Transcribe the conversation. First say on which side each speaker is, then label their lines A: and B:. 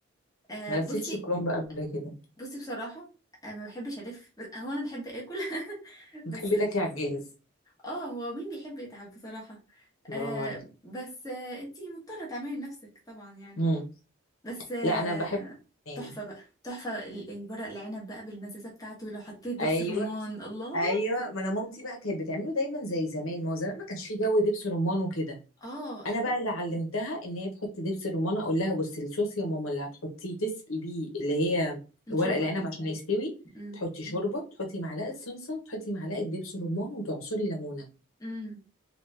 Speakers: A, on the left; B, on the left.
A: آه
B: ما لفتش
A: بصي
B: كرنب قبل كده
A: بصي بصراحة أنا ما بحبش ألف بس- هو أنا بحب آكل <laughs>
B: بتحبي
A: بس
B: تاكلي على الجاهز
A: اه هو مين بيحب يتعب بصراحة
B: برافو
A: آه
B: عليك
A: بس آه انتي مضطرة تعملي لنفسك طبعا يعني
B: مم.
A: بس آه
B: لا انا بحب اتنين
A: تحفة بقى تحفة ال- الورق العنب بقى بالمزازة بتاعته لو حطيت دبس
B: ايوه
A: الرمان الله
B: ايوه ما انا مامتي بقى كانت بتعمله دايما زي زمان ما هو زمان ما كانش فيه جو دبس رمان وكده
A: اه
B: انا بقى اللي علمتها ان هي تحط دبس الرمان اقول لها بصي الصوص يا ماما اللي هتحطيه تسقي بيه اللي هي
A: <laughs>
B: ورق
A: شوربة
B: العنب عشان يستوي
A: امم
B: تحطي شوربه تحطي معلقه صلصه تحطي معلقه دبس رمان وتعصري ليمونه
A: امم